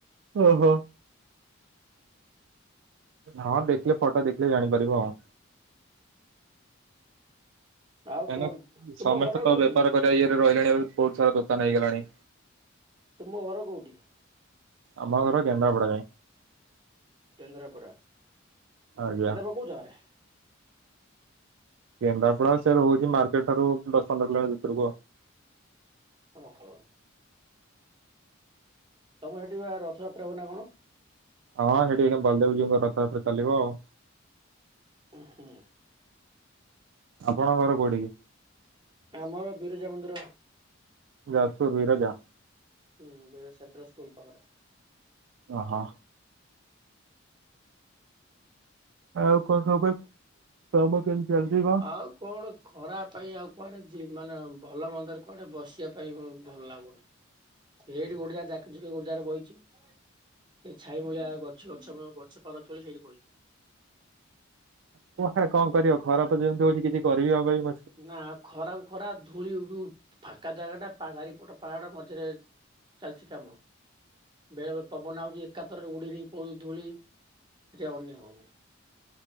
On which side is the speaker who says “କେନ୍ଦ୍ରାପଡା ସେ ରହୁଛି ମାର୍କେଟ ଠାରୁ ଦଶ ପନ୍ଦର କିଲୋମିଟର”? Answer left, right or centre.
Right